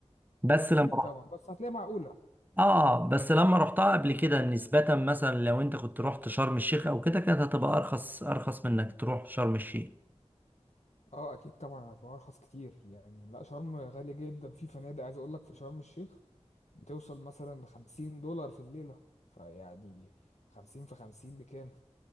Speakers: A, on the right; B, on the left.
A: بس
B: اكيد
A: لما
B: طبعا بس هتلاقيها معقولة
A: اه بس لما رحتها قبل كده نسبة مثلا لو انت كنت رحت شرم الشيخ او كده كانت هتبقى ارخص ارخص من انك تروح شرم الشيخ
B: اه اكيد طبعا هتبقى ارخص كتير يعني لا شرم غالية جدا في فنادق عايز اقول لك في شرم الشيخ بتوصل مثلا لخمسين دولار في الليلة فيعني خمسين في خمسين بكام